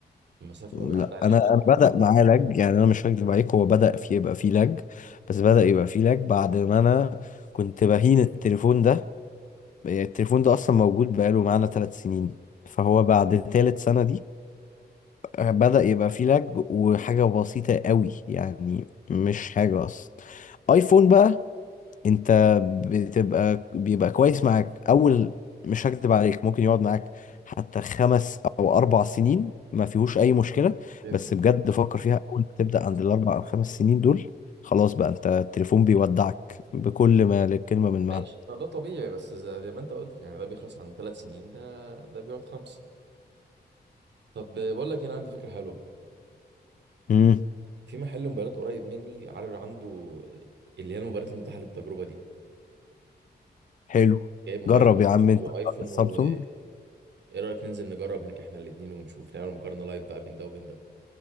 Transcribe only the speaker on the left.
لا
انا انا بدأ معايا لاج يعني انا مش هكدب عليك هو بدأ في يبقى فيه لاج بس بدأ يبقى فيه لاج بعد ما انا كنت بهين التليفون ده يعني التليفون ده اصلا موجود بقاله معانا ثلاث سنين فهو بعد ثالث سنة دي آه، بدأ يبقى فيه لاج وحاجة بسيطة قوي يعني مش حاجة اصلا ايفون بقى انت بتبقى بيبقى كويس معاك اول مش هكدب عليك ممكن يقعد معاك حتى خمس او اربع سنين ما فيهوش اي مشكلة
بس بجد فكر فيها اول ما تبدأ عند الاربع او خمس سنين دول خلاص بقى انت التليفون بيودعك بكل ما للكلمة من معنى
امم
حلو
جرب يا عم انت
السامسونج